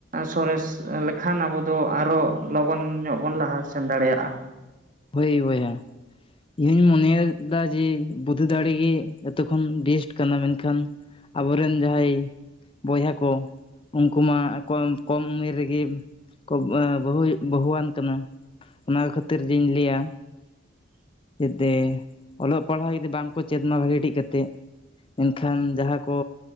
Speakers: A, on the right; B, on the left.
A: ᱥᱚᱨᱮᱥ ᱞᱮᱠᱷᱟᱱ ᱟᱵᱚ ᱫᱚ ᱟᱨᱚ ᱞᱚᱜᱚᱱ ᱧᱚᱜ ᱵᱚᱱ ᱞᱟᱦᱟ ᱥᱮ ᱥᱮᱱ ᱫᱟᱲᱮᱭᱟᱜᱼᱟ᱾
B: ᱦᱳᱭ ᱵᱚᱭᱦᱟ᱾ ᱤᱧ ᱢᱚᱱᱮᱭ ᱫᱟ ᱡᱮ ᱵᱩᱫᱷᱤ ᱫᱟᱲᱮᱜᱮ ᱮᱛᱚᱠᱷᱚᱱ ᱵᱮᱥᱴ ᱠᱟᱱᱟ ᱢᱮᱱᱠᱷᱟᱱ ᱟᱵᱚᱨᱮᱱ ᱡᱟᱦᱟᱸᱭ ᱵᱚᱭᱦᱟ ᱠᱚ ᱩᱱᱠᱩ ᱢᱟ ᱟᱠᱚᱢ ᱠᱚᱢ ᱩᱢᱮᱨ ᱨᱮᱜᱮ ᱠᱚ ᱵᱼᱵᱟᱼᱵᱟᱦᱩᱭ ᱵᱟᱹᱦᱩᱣᱟᱱ ᱠᱟᱱᱟ᱾ ᱚᱱᱟ ᱠᱷᱟᱹᱛᱤᱨ ᱡᱤᱧ ᱞᱟᱹᱭᱟ
A: <inaudible>
B: ᱡᱟᱛᱮ ᱚᱞᱚᱜ ᱯᱟᱲᱦᱟᱜ ᱡᱩᱫᱤ ᱵᱟᱝᱠᱚ ᱪᱮᱫ ᱢᱟ ᱵᱷᱟᱜᱮ ᱴᱷᱤᱠ ᱠᱟᱛᱮᱜ ᱢᱮᱱᱠᱷᱟᱱ ᱡᱟᱦᱟᱸ ᱠᱚ